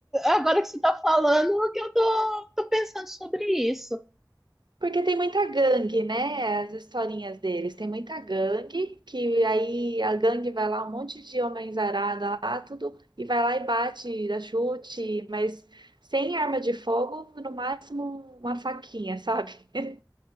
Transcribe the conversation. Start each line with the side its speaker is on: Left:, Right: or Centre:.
Centre: Agora que você tá falando, que eu tô, tô pensando sobre isso.
Right: Porque tem muita gangue, né? As historinhas deles. Tem muita gangue, que aí a gangue vai lá, um monte de homens arada lá, tudo, e vai lá e bate, dá chute, mas sem arma de fogo, no máximo uma faquinha, sabe? <laughs>